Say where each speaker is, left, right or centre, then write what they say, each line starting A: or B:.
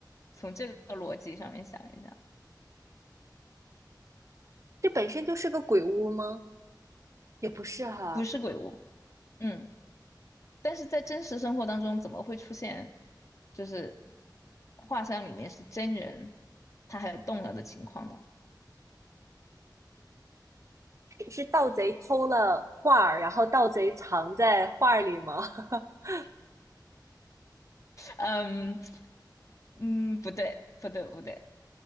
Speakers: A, on the left (about 40°); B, on the right (about 40°).
A: 从这个逻辑上面想一想，
B: 这本身就是个鬼屋吗？也不是哈，
A: 不是鬼屋，嗯，但是在真实生活当中，怎么会出现就是画像里面是真人，他还动了的情况呢？
B: 是是盗贼偷了画儿然后盗贼藏在画儿里吗？<laughs>
A: 嗯嗯，不对不对不对，